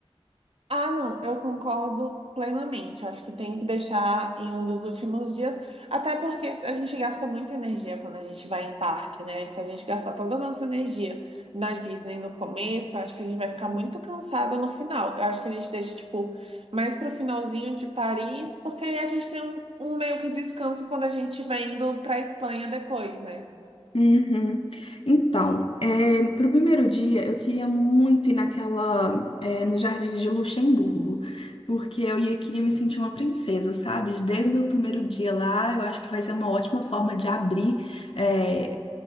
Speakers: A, on the right (about 75°); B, on the left (about 65°).
A: Ah, não, eu concordo plenamente. Acho que tem que deixar em um dos últimos dias, até porque a gente gasta muita energia quando a gente vai em parque, né? Se a gente gastar toda a nossa energia na Disney no começo, eu acho que a gente vai ficar muito cansada no final. Eu acho que a gente deixa, tipo, mais pro finalzinho de Paris, porque aí a gente tem um, um meio que descanso quando a gente vai indo pra Espanha depois, né?
B: Uhum. Então, é, pro primeiro dia eu queria muito ir naquela, é, no Jardim de Luxemburgo, porque eu ia, queria me sentir uma princesa, sabe? Desde o meu primeiro dia lá, eu acho que vai ser uma ótima forma de abrir, é,